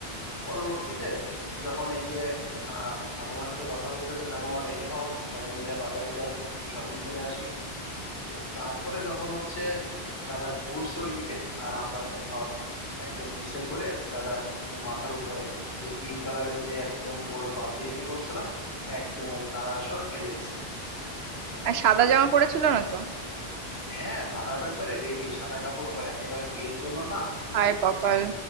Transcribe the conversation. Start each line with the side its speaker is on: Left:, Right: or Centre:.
Left: পরবর্তীতে যখন এই যে আহ ঠাকুমার সাথে কথা বলছে যে ঠাকুমা রেডি হও সবাই মিলে বাজারে যাই একটু শপিং করে আসি তো তারপরে যখন হচ্ছে দাদা ঘুরছে ওইদিকে আর আমরা তো ধর একদম পিছে ঘুরে দাদার একদম মাথার উপরে যে পিঙ্ক কালারের যে একদম বড় বালতি রেডি করছিলাম একদম ওই কালার সহ ঢেলে দিছি
Right: আর সাদা জামা পড়েছিল না তো
Left: হ্যাঁ দাদা তো একবারে রেডি সাদা কাপড় পরে একেবারে বিয়ের জন্য না
Right: হায় কপাল